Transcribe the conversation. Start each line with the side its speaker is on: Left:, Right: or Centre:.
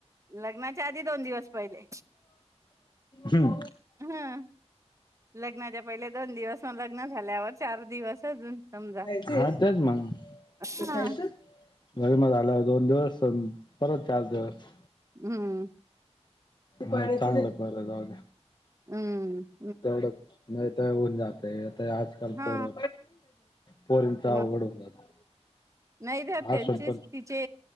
Right: लग्नाच्या आधी दोन दिवस पहिले
Left: हम्म
Right: ह लग्नाच्या पहिले दोन दिवस, मग लग्न झाल्यावर चार दिवस अजून समजा
Left: च मगच
Right: हम्म
Left: गर म आलं दोन दिवस <inaudible> परत चार दिवस.
Right: हम्म.
Left: बर चांगलं बरं जाऊ.
Right: हम्
Left: तेवढं नाही तर होऊन जात ते आजकाल
Right: हा
Left: पोर. पोरींचा
Right: मग
Left: अवघड होऊन जात
Right: नाही त्या त्यांचेच
Left: असून पण
Right: तिचे